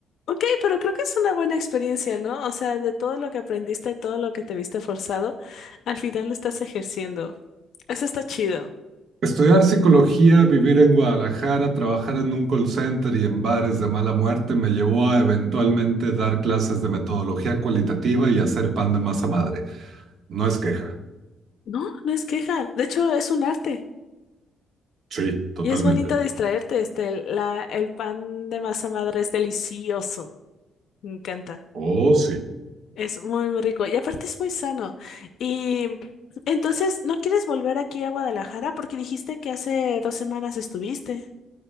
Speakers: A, on the left; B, on the right.
A: Ok, pero creo que es una buena experiencia, ¿no? O sea, de todo lo que aprendiste y todo lo que te viste forzado, al final lo estás ejerciendo. Eso está chido.
B: Estudiar psicología, vivir en Guadalajara, trabajar en un call center y en bares de mala muerte me llevó a eventualmente dar clases de metodología cualitativa y hacer pan de masa madre. No es queja.
A: No, no es queja. De hecho, es un arte.
B: Sí, totalmente.
A: Y es bonito distraerte. Este, el- la, el pan de masa madre es delicioso. Me encanta.
B: Oh, sí.
A: Es muy, muy rico. Y aparte es muy sano. Y entonces, ¿no quieres volver aquí a Guadalajara? Porque dijiste que hace dos semanas estuviste.